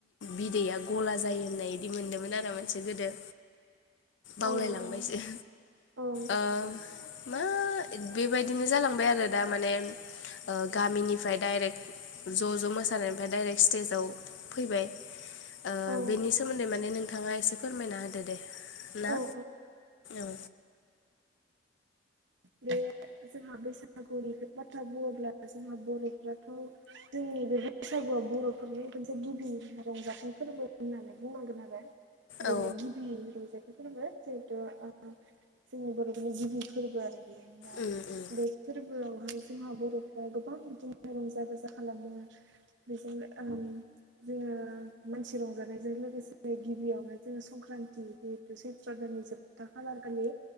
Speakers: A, on the left; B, on the right.
A: बिदैया गला जायो होननाय बिदि मोन्दोंमोन आरो मोनसे गोदो बावलायलांबायसो
B: ओं औ औ
A: ओ मा बेबायदिनो जालांबाय आरो दा माने गामिनिफ्राय डाइरेक्ट ज' ज' मोसानायनिफ्राय डाइरेक्ट स्टेजाव फैबाय ओ
B: औ
A: बेनि सोमोन्दै माने नों नोंथाङा एसे फोरमायना होदो दे ना
B: औ औ
A: औ
B: दे बे जोंहा बैसागुनि बाथ्रा बुङोब्ला जोंहा बर'फ्राथ' जोंनि बे बैसागुआव बर'फोरनि मोनसे गिबि रंजाथाइ फोरबो होननानै बुंनांगोन आरो
A: ओ
B: बेनो
A: औ
B: गिबि रंजा थाइ फोरबो जिहेथु जोंनि बर'फोरनि गिबि फोरबो आरो बेयो दा
A: उम उम
B: बे फोरबोआवहाय जोंहा बर'फ्रा गोबां बिदिनो रंजा बाजा खालामो बेजों ओम जोङो मानसि रंजानायजों लोगोसे गिबियावनो जोङो संक्रान्ति जिहेतु सैत्र दान नि जोबथा खालार खालि